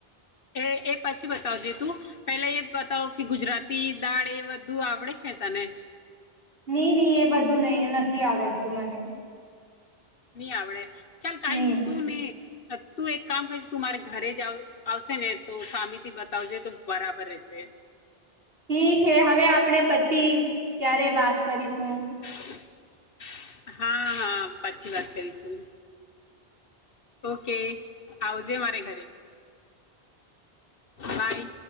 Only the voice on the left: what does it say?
એ એ પછી બતાવજે તું. પેલા એ બતાવ કે ગુજરાતી દાળ એ બધું આવડે છે તને?
ની આવડે? ચાલ કાંઈ
ન તુંને તું એક કામ કરજ તું મારે ઘરે જ આવ આવશે, ને તો સામેથી બતાવજે તો બરાબર રહેશે.
હા, હા પછી વાત કરીશું. ઓકે, આવજે મારે ઘરે. બાય.